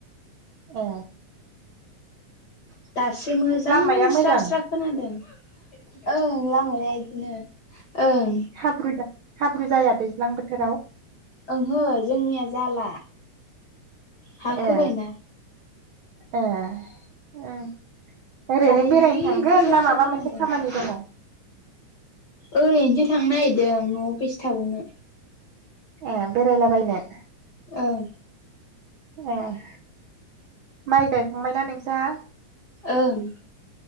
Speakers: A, on the right; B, on the left.
A: ए
B: दासो मोजां
A: लामाया मोजां
B: स्रा स्रा खोनादों ओं लामाया इदिनो। ओं
A: हाब्रु जा हाब्रु जाया दैज्लां बोथोराव?
B: ओहो जोंनिया जाला हा
A: ए
B: खोबायना।
A: ए ओं ओरैनो
B: दायो
A: बेरायनो
B: जि
A: थांगोन
B: गोसा
A: ना
B: गोसा
A: माबा
B: खोनादों
A: मोनसे खामानि दङ?
B: ओरैनोसो थांनो नागिरदों न'आव बेसे थाबावनो।
A: ए बेरायलाबायनो
B: औ
A: एह माइ गायखांबायना नोंसाहा
B: ओं